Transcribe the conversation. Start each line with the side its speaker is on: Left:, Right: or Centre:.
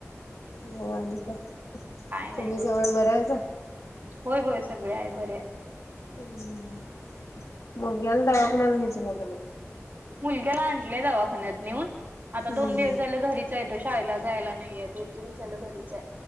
Left: म आणि काय
Right: नाही
Left: तुम्ही
Right: बघा
Left: सगळं बरं आहेता.
Right: होय होय सगळे आहे बरे.
Left: ह् मुलगीला दवार कोणाला निस त्यांण
Right: मुलग्याला आणलंय दवाखान्यात नेऊन आता
Left: हम्म
Right: दोन
Left: हम्म.
Right: दिवस झालं घरी ेतो शाळेला जायला नाहीय दोन दिवस झालं घरीच आहे